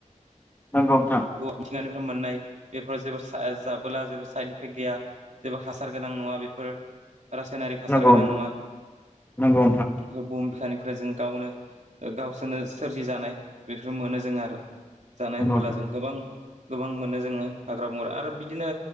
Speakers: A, on the left; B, on the right.
A: नंगौ नोंथां
B: मिथिंगानिफ्राय मोननाय बेफोराव जेबो सा जाबोला जेबो साइद इफेक्ट गैया, जेबो हासार गोनां नङा बेफोर रासायनारि हासार
A: नंगौ
B: गोनां नङा,
A: नंगौ
B: बुहुम बिखानि फ्राय जों गावनो गावसोरनो सोरजिजानाय बेफोर मोनो जों आरो जानाय
A: नंगौ नोंथां नंगौ
B: होनबोला जों <unintelligible> गोबां मोनो जोङो हाग्रा बंग्रा आरो बिदिनो